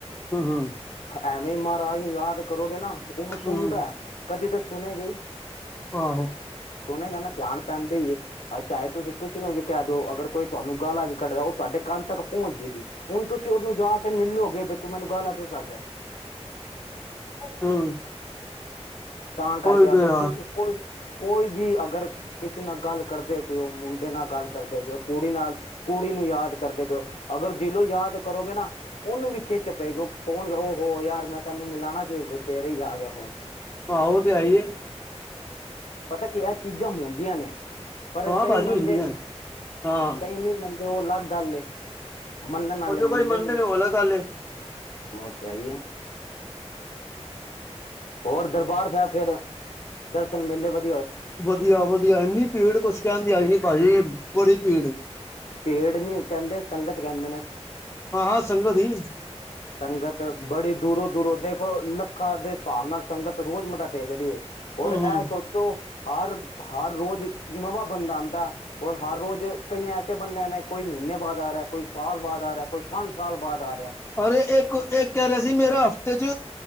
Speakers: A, on the left (about 20°); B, on the left (about 80°).
A: ਹੂੰ - ਹੂੰ।
B: ਐਵੇ, ਮਹਾਰਾਜ ਨੂੰ, ਯਾਦ ਕਰੋਗੇ ਨਾ, ਉਹ ਸੁਣਦਾ
A: ਹੂੰ
B: ਏ। ਕਦੀ ਤਾ, ਸੁਣੇਗਾ ਹੀ।
A: ਆਹੋ।
B: ਸੋਹਣੇਗਾ ਨਾ ਧਿਆਨ ਪੈਂਦੇ ਹੀ, ਏ ਚਾਹੇ ਤੁਸੀਂ ਕੁਛ ਨੂੰ। ਕਹਿ ਦਉ, ਅਗਰ ਕੋਈ ਤੁਹਾਨੂੰ, ਗਾਲਾ ਵੀ ਕੱਢਦਾ ਏ, ਉਹ ਤੁਹਾਡੇ ਕੰਨ ਤੱਕ ਪਹੁੰਚ। ਹੁਣ ਤੁਸੀਂ ਉਹਨੂੰ ਜਾ ਕੇ ਮਿਲੋਗੇ। ਬੀ ਤੂੰ ਮੈਨੂੰ, ਗਾਲ ਆ ਕਿਉਂ ਕੱਢ ਰਿਹਾ।
A: ਹੂੰ।
B: ਤਾਂ ਕਰਕੇ,
A: ਉਹੀ
B: ਅਗਰ
A: ਤੇ ਆ
B: ਕਿਸੇ ਕੋਈ। ਕੋਈ ਵੀ, ਅਗਰ ਕਿਸੇ ਨਾਲ ਗੱਲ ਕਰਦੇ ਪਏਓ, ਮੁੰਡੇ ਨਾਲ ਗੱਲ ਕਰਦੇ ਪਏਓ, ਕੁੜੀ ਨਾਲ, ਕੁੜੀ- ਨੂੰ ਯਾਦ ਕਰਦੇ ਪਿਓ, ਅਗਰ ਦਿਲੋਂ ਯਾਦ ਕਰੋਗੇ ਨਾ, ਉਹਨੂੰ ਵੀ ਖਿੱਚ ਪਏਗੀ। ਫੋਨ ਉਹ ਹੋ। ਯਾਰ ਮੈਂ ਤਾਨੂੰ ਮਿਲਾਣਾ ਜੇ। ਤੇਰੇ ਹੀ ਆ ਗਿਆ ਫੋਨ।
A: ਆ ਔ ਤੇ ਹੈ ਈ ਏ।
B: ਪਤਾ ਕੀ ਇਹ ਚੀਜ਼ਾਂ ਹੁੰਦੀਆਂ ਨੇ ਪਰ
A: ਹਾਂ
B: ਕਈ
A: ਭਾਜੀ
B: ਮੰਨਦੇ
A: ਹੁੰਦੀਆਂ
B: ਨੇ।
A: ਹਾਂ
B: ਕਈ ਨਹੀਂ ਮੰਨਦੇ ਔ ਅਲੱਗ ਗੱਲ ਏ। ਮੰਨਣ ਆਲੇ
A: ਉਹ ਜੋ
B: ਮੰਨਦੇ
A: ਕੋਈ
B: ਵੀ ਨੇ।
A: ਉਹ ਅਲੱਗ ਗੱਲ ਏ
B: ਔ ਤੇ ਹੈ ਈ ਏ। ਹੋਰ ਦਰਬਾਰ ਸਾਹਿਬ ਫੇਰ ਦਰਸ਼ਨ ਮੇਲੇ ਵਧ
A: ਵਧੀਆ ਵਧੀਆ, ਏਨੀ ਭੀੜ ਕੁਛ ਕਹਿਣ ਦੀ ਆਈ ਨਹੀ ਭਾਜੀ। ਬੜੀ ਭੀੜ
B: ਪੇੜ ਨੀ ਕਹਿੰਦੇ ਸੰਗਤ ਕਹਿੰਦੇ ਨੇ।
A: ਹਾਂ ਸੰਗ ਦੀ
B: ਸੰਗਤ ਬੜੀ ਦੂਰੋਂ ਦੂਰੋਂ ਦੇਖੋ ਲੱਖਾਂ ਦੇ ਸਾਬ ਨਾਲ ਸੰਗਤ ਰੋਜ਼ ਮੱਤਾ ਡੇਕਦੀ ਏ ਔਰ
A: ਹੂੰ
B: ਏ
A: ਹੂੰ
B: ਸੋਚੋ ਹਰ ਹਰ ਰੋਜ਼ ਨਵਾਂ ਬੰਦਾ ਆਂਦਾ ਔਰ ਹਰ ਰੋਜ਼ ਕਈ ਐਸੇ ਬੰਦਿਆਂ ਨੇ ਕੋਈ ਨੇ ਬਾਅਦ ਆ ਰਿਹਾ, ਕੋਈ ਸਾਲ ਬਾਅਦ ਆ ਰਿਹਾ, ਕੋਈ ਪੰਜ ਸਾਲ ਬਾਅਦ ਆ ਰਿਹਾ।
A: ਅਰੇ ਇੱਕ ਇੱਕ ਕੇ ਰਿਹਾ ਸੀ ਮੇਰਾ ਹਫ਼ਤੇ ਚ